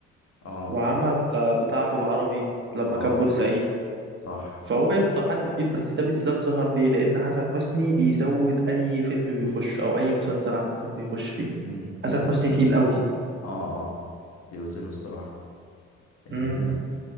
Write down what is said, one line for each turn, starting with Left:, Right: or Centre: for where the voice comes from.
Left: اه
Right: وعمل آه، بتاع ابو العربي لما
Left: اه
Right: كان بورسعيدي
Left: صح
Right: فهو يا اسطى حد تقيل بس ده بالذات ظهر ليه لان حسن حسني بيزود اي فيلم بيخش او اي مسلسل عامه بيخش فيه
Left: امم
Right: حسن
Left: بيوزنوا
Right: حسني تقيل قوي
Left: اه اه بيوزنوا الصراحة ال
Right: امم